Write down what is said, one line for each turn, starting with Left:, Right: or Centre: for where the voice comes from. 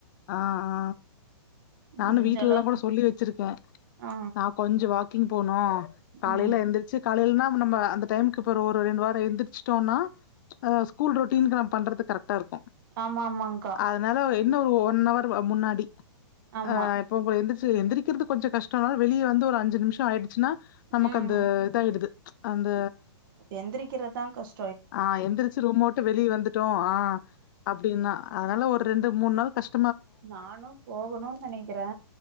Left: ஆ ஆ நானு
Right: முடிஞ்ச
Left: வீட்டுலலா
Right: அளவுக்கு
Left: கூட சொல்லி வச்சிருக்கே
Right: ஆ
Left: சாப் கொஞ்ச வாக்கிங் போனு காலையில
Right: ம்
Left: எந்திரி ச்சி காலையில்னா நம்ம அந்த டைமுக்கு இப்ப ஒரு ஒரு ரெண்டு வாரோ எந்திரிச்சிட்டோனா ஆ ஸ்கூல் ரொட்டீனுக்கு நா பண்றது கரெக்டா இருக்கு
Right: ஆமா ஆமாங்கா
Left: அதனால என்ன ஒரு ஒன் ஆவர் அ முன்னாடி
Right: ஆமா
Left: அ இப்ப உங்க எந்திருச்சி எந்திரி கிறது கொஞ்ச கஷ்ட தா வெளிய வந்து ஒரு அஞ்சி நிமிஷோ ஆய்டுச்சின்னா நமக்கு
Right: ம்
Left: அந்த இதாயிடுது அந்த
Right: எந்திரிக்கிறதா கஷ்
Left: ஆ எந்திரிச்சு ரூமவுட்டு வெளிய வந்துட்டோ ஆ அப்படின்னா அதனால ஒரு ரெண்டு மூணு நாள் கஷ்
Right: நானு போகணுனு நினைக்கிறே